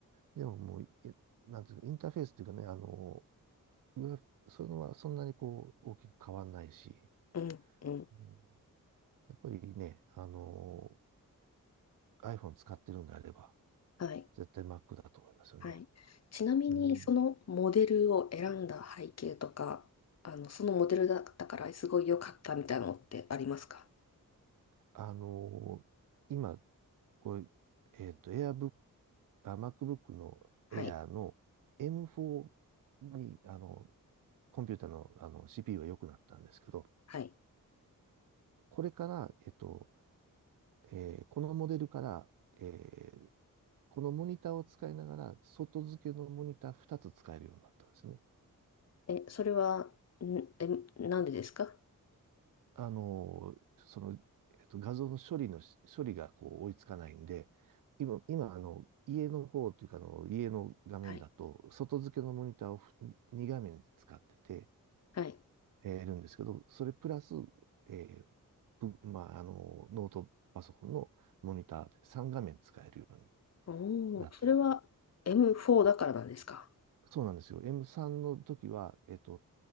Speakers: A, on the right; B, on the left.
A: でももう、えなんていうか、インターフェースというかね、あの、グラフそういうのはそんなにこう、大きく変わんないし、
B: うんうん。
A: うんやっぱりね、あの iPhone 使ってるんであれば、
B: はい。
A: 絶対 Mac だと思いますよね。
B: はい。ちなみに、
A: うん。
B: そのモデルを選んだ背景とか、あの、そのモデルだったからすごい良かったみたいなのってありますか
A: あのー今、これ、えっと、AirBook、あ、MacBook の
B: はい。
A: Air の M4 に、あの、コンピューターの、あの CPU が良くなったんですけど、
B: はい。
A: これから、えっと、えーこのモデルから、えーこのモニターを使いながら、外付けのモニター2つ使えるようになったんですね。
B: え、それは、ん、え、なんでですか
A: あの、その、えっと、画像の処理のし、処理がこう追いつかないんで、今、今、あの、家の方というか、あの、家の画面だと、
B: はい。
A: 外付けのモニターをふ2画面使ってて、
B: はい。
A: えーいるんですけど、それプラス、えーぶまあ、あの、ノートパソコンのモニターで3画面使えるように
B: お
A: なってると。
B: お、それは M4 だからなんですか
A: そうなんですよ。M3 の時は、えっと、